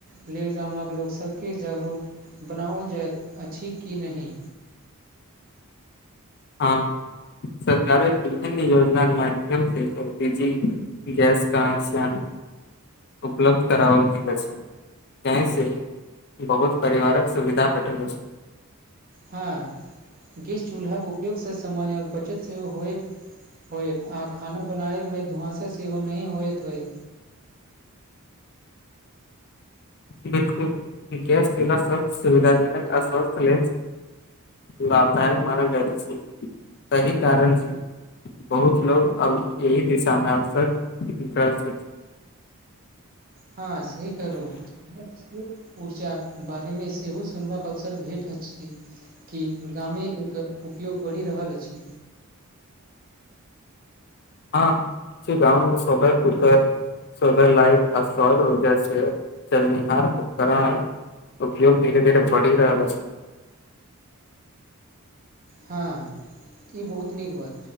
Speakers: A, on the right; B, on the left.
A: लेल गामक लोक सभके जागरूक बनाओल जाइत अछि कि नहि
B: हँ, सरकार विभिन्न योजनाके माध्यमसे श्रुति जी गैस कनेक्शन उपलब्ध करल गेल छै। जहि से बहुत परिवारक सुविधा भेटल छै।
A: हँ, गैस चूल्हाके उपयोगसँ सामानक बचत सेहो होइत। होयत आ खाना बनाबमे धुआँसा सेहो नहि होयइत होयत।
B: बकुलना स्वस्थ सुविधाजनक अस्वस्थ ले। लातहार मराल जाय छि तहि कारण छै बहुत लो अब एहि दिशामे अवसर विकाश।
A: हँ, सही कहलहुँ। ऊर्जाक बारेमे सेहो सुनबाक अवसर भेट अछि। कि गामे एकर उपयोग बढ़ि रहल अछि।
B: हँ गममे स्वभै कुकर सोलर लाइट अ ऊर्ज चरनिहार उपकरण। उपयोग धीरे धीरे बढ़ि रहल अछि।
A: हँ, ई बहुत नीक बात।